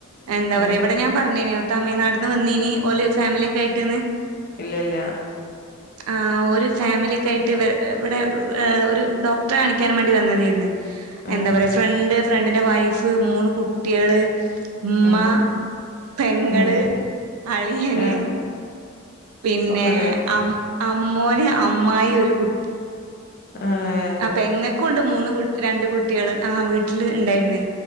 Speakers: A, on the right (about 75°); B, on the left (about 40°).
A: എന്താ പറയാ
B: ഉം
A: ഇവട ഞാൻ പർഞീനിയോ തമിഴ് നാട്ട്ന്ന് വന്നീനി ഓല് ഫാമിലി ഒക്കെ ആയ്ട്ട്ന്ന്
B: ഇല്ല ഇല്ല
A: ആ ഓര് ഫാമിലിയക്കെ ആയിട്ട് വെ ഇവടെ ഒരു ഡോക്ടറെ കാണിക്കാനും മാണ്ടി വന്നതെയ്ര്ന്നു
B: ഉം
A: എന്താ പറയാ ഫ്രണ്ട് ഫ്രണ്ടിന്റെ വൈഫ് മൂന്ന് കുട്ടിയള് ഇമ്മ
B: ഉം
A: പെങ്ങള്
B: ഉം
A: അളിയന്
B: ഏഹ്
A: പിന്നെ
B: ഒക്കെ ഉണ്ടായിരുന്നു
A: അ അമ്മോന് അമ്മായി ഒരു കു
B: ആഏ
A: അ പെങ്ങക്കുണ്ട് മൂന്ന് കു രണ്ട് കുട്ടിയള് ആ വീട്ട്ല് ഇണ്ടായിര്ന്നേ